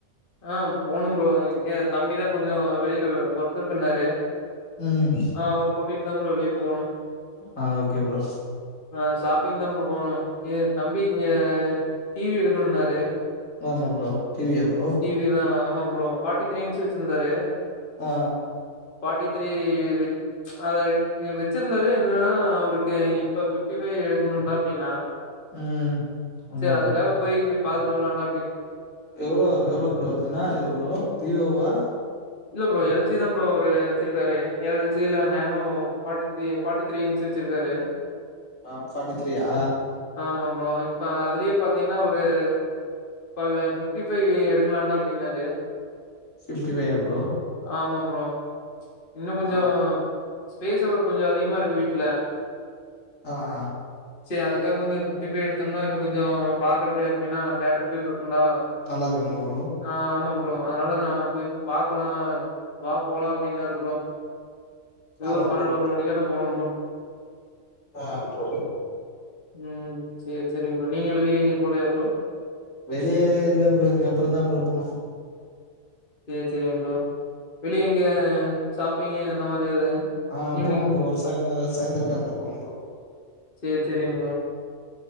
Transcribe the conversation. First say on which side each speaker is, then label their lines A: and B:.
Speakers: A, on the left; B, on the left.
A: ஆ போனு ப்ரோ இங்க தம்பிதா கொஞ்சோ வெயில ஒர்க் இருக்குனாரு
B: ம்
A: ஆ அவர கூட்டிட் தா ப்ரோ வெளிய போணு
B: ஆ ஓகே ப்ரோ
A: ஆ ஷாப்பிங் தா ப்ரோ போணு இது தம்பி இங்க டி வி எடுக்குணுனாரு
B: ஆமா ப்ரோ டி வி யா ப்ரோ
A: டி வி தா ஆமா ப்ரோ ஃபாடி த்ரீ இன்ச் வச்சிருந்தாரு
B: ஆ
A: ஃபாட்டி த்ரீ வெச் அத வெச்சிருந்தாரு என்னன்னா அவுருக்கு இப்ப ஃபிப்டி ஃபைவ் எடுக்கணுடா அப்டினா
B: ம் ஆமா
A: சேர் அதுக்காக
B: ப்ரோ
A: போய் போய் பாத்துட்டு வர்லாண்டா
B: எவ்ளோ எவ்ளோ ப்ரோ வருது என்னா இது ப்ரோ விவோவா
A: இல்ல ப்ரோ எல் ஜி தா ப்ரோ அவுரு வச்சிருக்காரு எல் ஜி ல nano forty three forty three inch வச்சிருக்காரு.
B: ஆ ஃபாட்டி த்ரீயா
A: ஆமா ப்ரோ இப்ப அதுலயே பாத்தீங்கனா ஒரு இப்ப அது ஃபிப்டி ஃபை எடுத் இவெண்டா அப்டின்னாரு
B: ஃபிப்டி ஃபையா ப்ரோ
A: ஆமா ப்ரோ இன்னு கொஞ்சோ
B: ஆ
A: ஸ்பேஸ் அவுரு கொஞ்சோ அதிகமா இருக்கு வீட்ல
B: ஆ ஆ
A: சேர் அதுக்காக கொஞ்ச ஃபிப்டி ஃபை எடுத்தம்னா இன்ன கொஞ்சோ பாக்றக்கு எப்டினா தேட்டர் ஃபீல் இருக்குண்டா
B: நல்லாருக்குமா ப்ரோ
A: ஆ ஆமா ப்ரோ அதனால நா போய் பாக்லா வா போலா அப்டினாரு ப்ரோ அப்டியே
B: ஆமா
A: ஒரு பன்னெண்டு
B: ப்ரோ
A: ஒரு மணிகிட்ட போனோ ப்ரோ
B: ஆ ப்ரோ
A: ம் சேரி சேரிங் ப்ரோ நீங்க வெளிய எங்கயு போலயா ப்ரோ
B: வெளிய இல்ல ப்ரோ இதுக்கு அப்றோ தா ப்ரோ போணு
A: சேரி சேரிங் ப்ரோ வெளிய எங்க ஷாப்பிங்கு அந்த மாரி எது
B: ஆ
A: ஈவினிங்
B: போணும் ப்ரோ ஒரு சாய்ந்தர சாய்ந்திர டைம்ல போணும் ப்ரோ
A: சேரி சேரிங் ப்ரோ